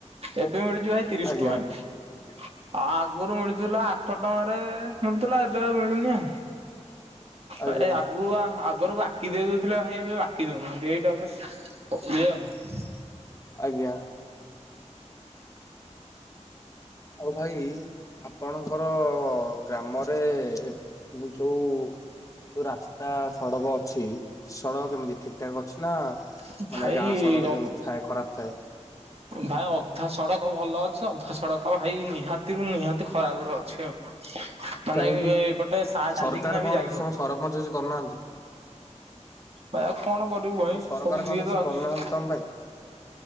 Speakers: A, on the right (about 55°); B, on the left (about 25°).
A: ଏବେ ମିଳୁଛି ଭାଇ ତିରିଶ
B: ଆଜ୍ଞା
A: ଟଙ୍କାରେ। ଆ ଆଗରୁ ମିଳୁଥିଲା ଆଠ ଟଙ୍କାରେ ମିଳୁଥିଲା ଏବେ ଆଉ ମିଳୁନି ଆ।
B: ଆଜ୍ଞା
A: ଏଇ ଆଗୁଆ ଆଗରୁ ବାକି ଦେଇ ଦଉଥିଲେ ଭାଇ ଏବେ ବାକି ଦଉନାହାନ୍ତି ଏଇଟା ଗୋଟେ ଇଏ ଆଉ
B: ଆଜ୍ଞା ହଉ ଭାଇ ଆପଣ ଙ୍ଆମର ଗ୍ରାମରେ ଏଇ ଯୋଉ ଯୋଉ ରାସ୍ତା ସଡ଼କ ଅଛି ସଡ଼କ କେମିତି ଠିକ ଠାକ ଅଛି ନା
A: ହୁଁ ଭାଇ
B: ମାନେ ଗାଁ ସଡ଼କ ଯେମିତି ଥାଏ ଖରାପ ଥାଏ?
A: ଭାଇ ଅଧା ସଡ଼କ ଭଲ ଅଛି ଅଧା ସଡ଼କ ଭାଇ ନିହାତିରୁୁ ନିହାତି ଖରାପ ର ଅଛି ଆଉ। ମାନେ
B: କାହିଁକି
A: ଏପଟେ ସା ଚାଲିକିନା
B: ସରକାର
A: ବି
B: କଣ
A: ଯାଇ ହବନି।
B: ସ ସରପଞ୍ଚ ଯଛି କରୁନାହାନ୍ତି?
A: ଭାଇ ଆଉ କଣ କରିବୁ ଭାଇ
B: ତମ ସରକାର
A: ସବୁ
B: କଣ
A: ଯିଏତ
B: କିଛି
A: ଆସୁଛି
B: କରୁନାହାନ୍ତି ତମ ପାଇଁ?